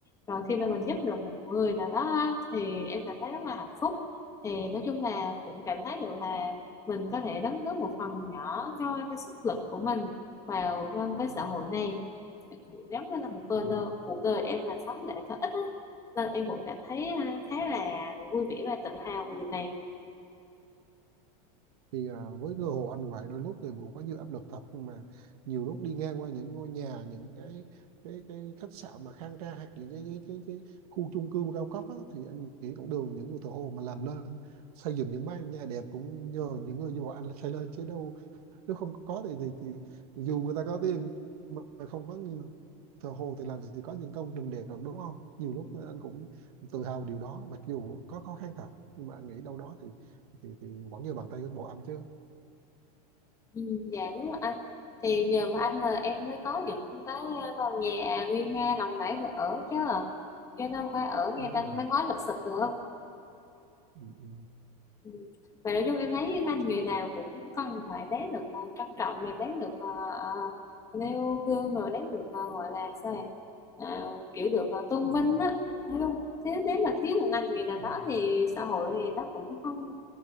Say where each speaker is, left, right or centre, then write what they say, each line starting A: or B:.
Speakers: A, on the left; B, on the right.
A: rồi khi mà mình giúp được một người nào đó á, thì em cảm thấy rất là hạnh phúc thì nói chung là cũng cảm thấy được là mình có thể đóng góp một phần nhỏ cho cái sức lực của mình vào trong cái
B: ừ.
A: xã hội này kiểu giống như là một cuộc
B: Ừ.
A: đời, cuộc đời em là sống để có ích á. nên em cũng cảm thấy à, khá là vui vẻ và tự hào về điều này
B: thì à, với cơ hội anh vậy đôi lúc thì cũng có nhiều áp lực thật nhưng mà nhiều lúc đi ngang qua những ngôi nhà những cái cái cái khách sạn mà khang trang hoặc những cái cái cái, cái khu chung cư cao cấp á, thì anh nghĩ cũng đều những người thợ hồ mà làm nên xây dựng những mái nhà đẹp cũng nhờ những người như bọn anh là xây lên chứ đâu nếu không có thì thì, thì, thì dù người ta có tiền mà không có người thờ hồ thì làm gì có những công trình đẹp được đúng không nhiều lúc anh cũng tự hào điều đó mặc dù có khó khăn thật nhưng mà anh nghĩ đâu đó thì thì, thì vẫn như bàn tay của bộ anh chứ
A: ừ, dạ đúng rồi anh thì nhờ vào anh mà em mới có những cái à, tòa nhà nguy nga lộng lẫy để ở chứ chứ đâu phải ở ngay
B: đúng
A: trên
B: rồi
A: mái ngói lụp xụp được
B: ừ, ừ,
A: Ừ. Và nói chung em thấy cái ngành nghề nào cũng cần phải đáng được ờ, trân trọng mà đáng được uh, nêu gương rồi đáng được ờ, gọi là sao này Ờ, kiểu được ờ, tôn
B: ừ,
A: vinh á thấy không thế nếu mà thiếu một ngành nghề nào
B: ừ,
A: đó thì xã hội thì nó cũng không